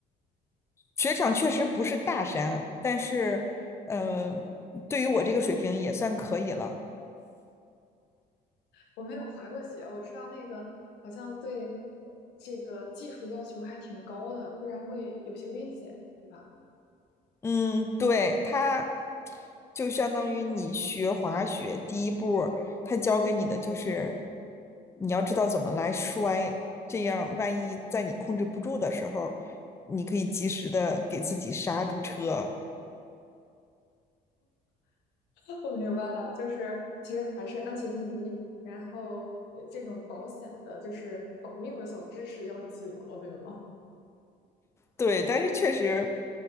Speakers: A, on the left; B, on the left.
A: 雪场确实不是大山，但是呃，对于我这个水平也算可以了。
B: 我没有滑过雪，我知道那个好像对呃这个技术要求还挺高的，不然会有些危险，对吧？
A: 嗯，对，它就相当于你学滑雪第一步儿，它教给你的就是
B: 嗯
A: 你要知道怎么来摔，这样万一在你控制不住的时候，你可以及时的给自己刹住车。
B: 嗯，<laughs> 我明白了，就是其实还是安全第一，然后呃这种保险的，就是保命的小知识要记牢，对吗？
A: 对，但是确实，